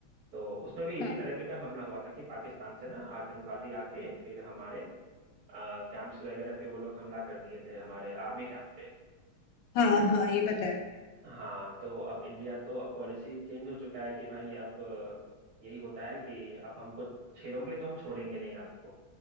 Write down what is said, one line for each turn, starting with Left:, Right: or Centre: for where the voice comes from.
Right: तो उसमें भी इसी
Left: हाँ
Right: तरीके का हमला हुआ था कि पाकिस्तान से ना आतंकवादी आके फिर हमारे कैंप्स वगैरह पे वो लोग हमला कर दिए थे हमारे आर्मी कैंप पे
Left: हाँ
Right: है ना
Left: हाँ ये पता है
Right: हाँ तो अब इंडिया तो अब पॉलिसी चेंज हो चुका है कि भाई अब अ, यही होता है कि आप हमको छेड़ोगे तो हम छोड़ेंगे नहीं आपको